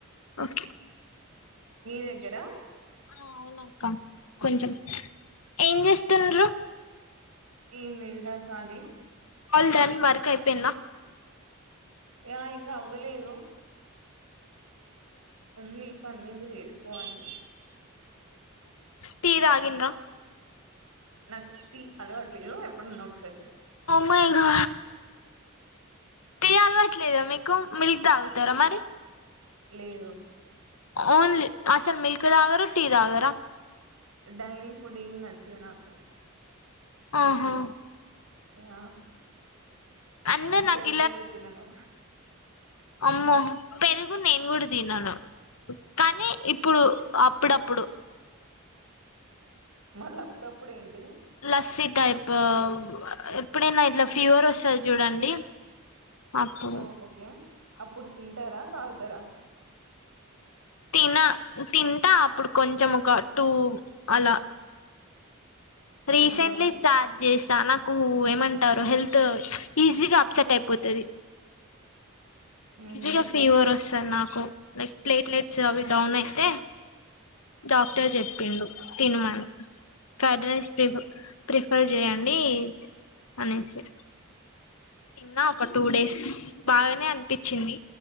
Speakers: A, on the left; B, on the right.
A: ఓకే
B: మీ దగ్గరా
A: అవునక్క కొంచెం ఏం చేస్తుండ్రు
B: ఏం ఎదురాఖాలి
A: ఆల్ డన్ వర్క్ అయిపోయింద
B: ఆ ఇం అవ్వలేదు ఉంది పన్న ఇంక చేసుకోవాలి
A: టీ తాగిన్రా
B: న టీ అలవాట్లేదు ఎప్పుడున్నా ఒకసారి
A: మాయిగా టీ అలవట్లేదా మీకు మిల్క్ తాగుతారా మరి
B: లేదు
A: ఓన్లీ అసలు మిల్క్ తాగరు టీ తగరా
B: డైరి ఫుడ్ ఏం నచ్చదు నాకు
A: ఆహా
B: ఆ
A: అందరు
B: నకి
A: నాకు
B: పెరుగు కూడా తినను
A: అమ్మ పెరుగు నేను కూడా తినను కానీ ఇప్పుడు అప్పుడప్పు ఇప్పుడు
B: మళ్ళీ అప్పుడప్పుడు ఏంటి
A: లస్సీ టైప్ ఎప్పుడైనా ఇట్లా ఫీవర్ వస్తాది చూడండి అప్పుడు
B: ఓ ఓకే అప్పుడు తింటారా తాగుతారా
A: తిన తన్ అ అప్పుడు కొంచం ఒక టూ అలా రీసెంట్లీ
B: అవునా
A: స్టార్ట్ చేస్తా నాకు ఏమంటారు హెల్త్ ఈజీగా అప్సెట్ అయిపోతాది
B: మ్మ్
A: ఈజీగా
B: హు
A: ఫీవర్ వస్తాది నాకు లైక్ ప్లేట్లెట్ చ అవి డౌన్ అయితే డాక్టర్ చెప్పిండు తిినమను కర్డ్ రైస్ ప్రిఫ ప్రిఫర్ చేయండి అనేసి తిన్న ఒక టూ డేస్ బాగానే అనిపించింది